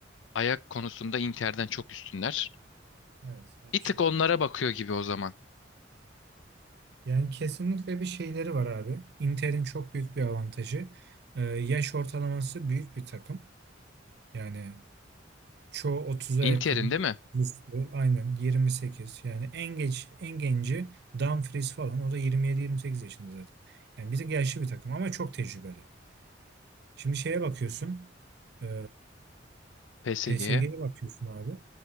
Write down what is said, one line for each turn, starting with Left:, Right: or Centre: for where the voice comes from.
Left: ayak konusunda Inter'den çok üstünler.
Right: Evet. Net
Left: Bir
Right: bir
Left: tık
Right: şekilde.
Left: onlara bakıyor gibi o zaman.
Right: Yani kesinlikle bir şeyleri var abi. Inter'in çok büyük bir avantajı. Ee, yaş ortalaması büyük bir takım. Yani çoğu 30'a
Left: Inter'in
Right: yakın.
Left: değil mi?
Right: Üstü, aynen 28. Yani en geç en genci Dumfries falan o da 27-28 yaşında zaten. Yani bir de yaşlı bir takım ama çok tecrübeli. Şimdi şeye bakıyorsun. E,
Left: PSG'ye
Right: PSG'ye bakıyorsun abi.